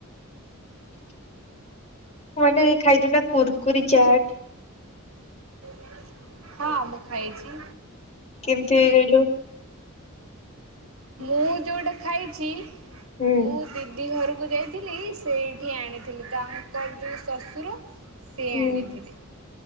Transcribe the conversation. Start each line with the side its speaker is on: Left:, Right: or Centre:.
Left: <inaudible> ମାନେ ଖାଇଛୁ ନା କୁୁରକୁରି ଚାଟ।
Right: <inaudible> ହଁ, ମୁଁ ଖାଇଛି।
Left: କେମିତି ହେଇଗଲୁ।
Right: ମୁଁ ଯୋଉଟା ଖାଇଛି,
Left: ହୁଁ
Right: ମୁଁ ଦି ଦି ଘରକୁ ଯାଇଥିଲି, ସେଇଠି ଆଣିଥିଲି। ତାଙ୍କର ଯୋଉ ଶ୍ୱଶୁର ସିଏ
Left: ହୁଁ
Right: ଆଣିଥିଲେ।